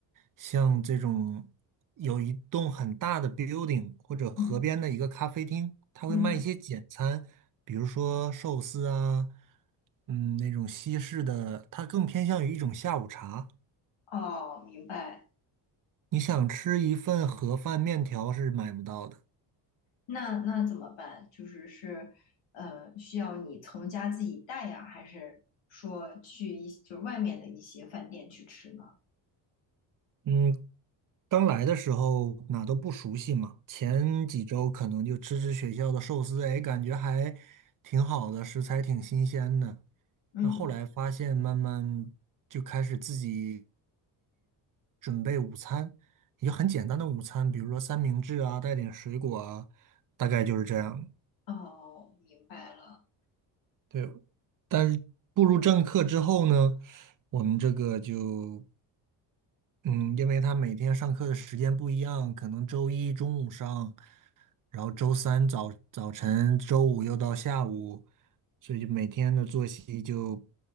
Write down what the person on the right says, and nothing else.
像这种有一栋很大的 building 或者河边的一个咖啡厅，
它会卖一些简餐，
比如说寿司啊，嗯，那种西式的，它更偏向于一种下午茶。
你想吃一份盒饭面条是买不到的。
嗯，刚来的时候哪都不熟悉嘛，前几周可能就吃吃学校的寿司，哎，感觉还挺好的，食材挺新鲜的。
那后来发现，慢慢就开始自己准备午餐，也就很简单的午餐，比如说三明治啊，带点水果啊，大概就是这样。
对，但是步入正课之后呢，我们这个就，嗯，因为他每天上课的时间不一样，可能周一中午上。然后周三早早晨，周五又到下午，所以就每天的作息就